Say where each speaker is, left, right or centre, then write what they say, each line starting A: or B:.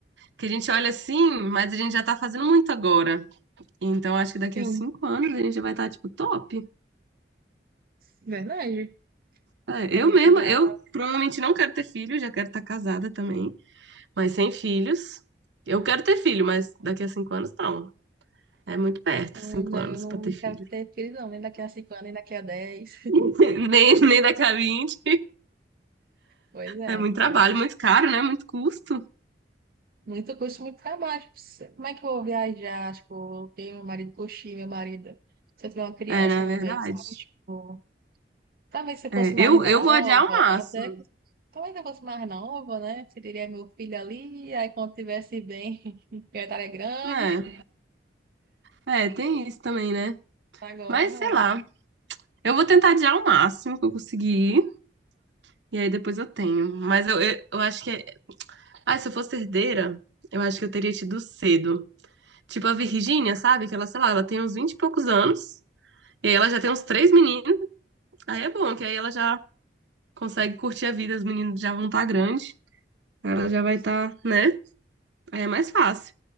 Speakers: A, on the right; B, on the right.
A: Que a gente olha assim, mas a gente já tá fazendo muito agora. Então, acho que daqui
B: Sim,
A: a cinco anos a gente já vai estar, tipo, top.
B: verdade.
A: É,
B: A
A: eu
B: gente
A: mesma,
B: já.
A: eu provavelmente não quero ter filho, já quero estar casada também. Mas sem filhos. Eu quero ter filho, mas daqui a cinco anos não. É muito perto,
B: Hum,
A: cinco
B: né,
A: anos
B: eu não
A: pra ter filho.
B: quero ter filhos, não, nem daqui a cinco anos, nem daqui a 10.
A: <laughs> Nem, nem daqui a 20.
B: Pois é,
A: É muito trabalho,
B: quero
A: muito caro, né? Muito custo.
B: muito custo, muito trabalho. Como é que eu vou viajar? Tipo, eu tenho meu marido, curtir meu marido. Se eu tiver uma criança
A: É, na
B: no
A: verdade.
B: meio, sabe? Tipo. Talvez se fosse
A: É,
B: mais
A: eu,
B: nova,
A: eu vou adiar o máximo,
B: ou até que- talvez se eu fosse mais nova, né? Teria meu filho ali, aí quando tivesse bem, <laughs> eu estaria grande.
A: né? É, tem isso também, né?
B: Agora
A: Mas
B: não.
A: sei lá. Eu vou tentar adiar o máximo que eu conseguir. E aí depois eu tenho. Mas eu, eu, eu acho que. é- Ah, se eu fosse herdeira, eu acho que eu teria tido cedo. Tipo a Virgínia, sabe? Que ela, sei lá, ela tem uns 20 e poucos anos. E aí ela já tem uns três meninos. Aí é bom, que aí ela já consegue curtir a vida, os meninos já vão estar grandes. Ela já vai
B: Sim.
A: estar, né? Aí é mais fácil.